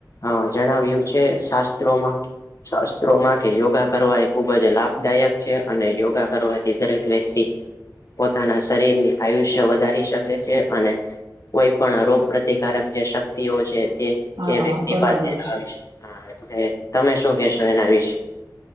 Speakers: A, on the left; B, on the right.
A: અ જણાવ્યું છે શાસ્ત્રોમાં શાસ્ત્રોમાં કે યોગા કરવા એ ખુબ જ લાભદાયક છે અને યોગા કરવાથી દરેક વ્યક્તિ પોતાના શરીર ની આયુષ્ય વધારી શકે છે, અને કોઈ પણ રોગ પ્રતિકારક જે શક્તિઓ છે, તે
B: હા
A: એ વ્યક્તિ
B: બરાબર
A: પાસે
B: છે
A: હા એટલે તમે શું કેહેશો એના વિશે?